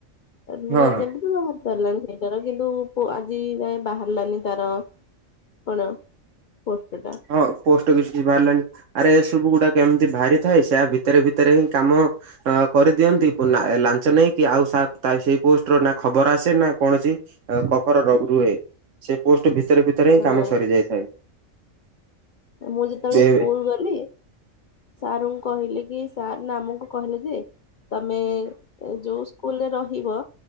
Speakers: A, on the left; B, on the right.
A: ମାନ
B: ହଁ ହଁ।
A: ଯେମତି ବି ବାହାରି ସାରିଲାନି ସେଇଟାର। କିନ୍ତୁ ଆଜି ଯାଏ ବାହାରିଲାନି ତାର କଣ? ପୋଷ୍ଟ ଟା।
B: ହଁ। ପୋଷ୍ଟ କିଛି ବାହାରିଲାନି ଆରେ ଏ ସବୁ ଗୁଡାକ ଏମିତି ବାହାରି ଥାଏ। ସେଆ ଭିତରେ ଭିତରେ ହିଁ କାମ ଅ କରିଦିଅନ୍ତି, ଲାଞ୍ଚ ନେଇକି। ଆଉ ସେଇ ପୋଷ୍ଟର ନା ଖବର ଆସେ, ନା କୌଣସି କଫର ରୁହେ। ସେ ପୋଷ୍ଟ ଭିତରେ ଭିତରେ ହିଁ
A: ହଁ
B: କାମ ସରି ଯାଇଥାଏ।
A: ମୁଁ ଯେତେବେଳେ ସ୍କୁଲ
B: ଏବେ
A: ଗଲି ସାରଙ୍କୁ କହିଲି କି ସାର ନା ଆମକୁ କହିଲେ ଯେ ତମେ ଯୋଉ ସ୍କୁଲରେ ରହିବ